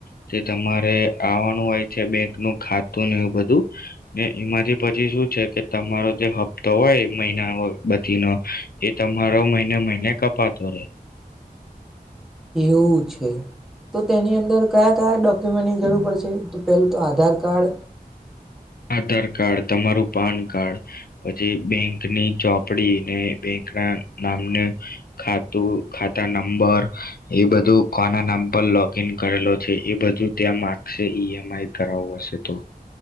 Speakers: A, on the left; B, in the centre.
A: તે તમારે આવવાનું હોય છે બેંકનું ખાતું ને એવું બધું ને એમાંથી પછી શું છે કે તમારો જે હપ્તો હોય મહિ બતી ન એ તમારો મહિને મહિને કપતો રે.
B: એવું છે તો તેની અંદર કયા કયા ડોક્યુમેન્ટની જરૂર પડશે તો પેલું તો આધાર કાર્ડ
A: આધાર કાર્ડ તમારું પાન કાર્ડ પછી બેંકની ચોપડી ને બેંકના નામને ખાતું ખાતા નંબર એ બધું કોના નામ પર લોગ ઇન કરેલો છે એ બધું ત્યાં માગશે ઈમ આઈ કરાવું હશે તો